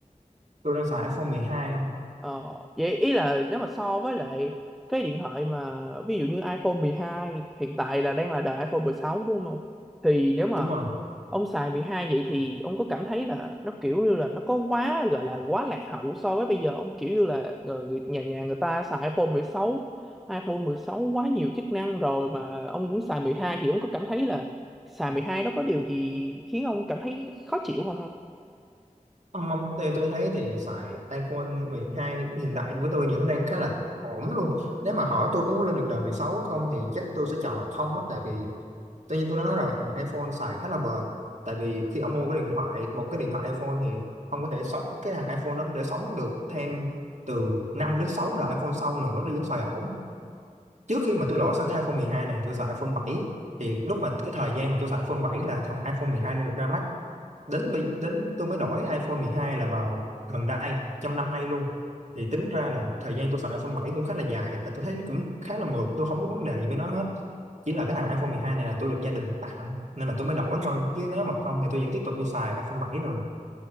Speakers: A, on the right; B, in the centre.
A: tôi đang xài iPhone 12 không
B: Ờ, vậy ý là nếu mà so với lại cái điện thoại mà ví dụ như iPhone 12 hiện tại là đang là đời iPhone 16 đúng không? Thì nếu mà
A: đúng rồi
B: ông xài 12 vậy thì ông có cảm thấy là nó kiểu như là nó có quá gọi là quá lạc hậu so với bây giờ ông kiểu như là ờ, người nhà nhà người ta xài iPhone 16, iPhone 16 quá nhiều chức năng rồi mà ông cũng xài 12 thì ông có cảm thấy là xài 12 nó có điều gì khiến ông cảm thấy khó chịu không không?
A: Ông ông tôi, tôi thấy thì xài iPhone mười hai hiện tại với tôi vẫn đang khá là ổn luôn. Nếu mà hỏi tôi có muốn lên được đời 16 không thì chắc tôi sẽ chọn là không á tại vì tự nhiên tôi đã nói rồi thằng iPhone xài khá là bền. Tại vì khi ông mua cái điện thoại, một cái điện thoại iPhone thì ông có thể sống cái thằng iPhone nó có thể sống được thêm từ 5 đến 6 đời iPhone sau nữa nó vẫn xài ổn. Trước khi mà tôi đổi sang cái iPhone mười hai này tôi xài iPhone bảy thì lúc mà cái thời gian mà tôi xài iPhone bảy là thằng iPhone mười hai nên được ra mắt đến bây đến tôi mới đổi iPhone 12 là vào gần đây trong năm nay luôn thì tính ra là thời gian tôi xài iPhone 7 cũng khá là dài và tôi thấy nó cũng khá là mượt tôi không có vấn đề gì với nó hết chỉ là cái thằng iPhone 12 này là tôi được gia đình tặng nên là tôi mới đổi thôi chứ nếu mà không thì tôi vẫn tiếp tục tôi xài iPhone 7 rồi